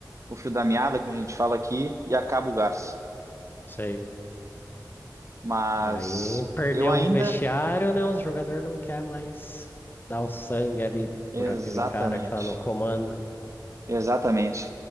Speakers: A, on the right; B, on the left.
A: o fio da meada, como a gente fala aqui, e acaba o gás.
B: Sei.
A: Mas
B: Aí perdeu
A: eu ainda,
B: o vestiário, né? Os jogadores não querem mais dar o sangue ali
A: exatamente,
B: por aquele cara que tá no comando.
A: exatamente.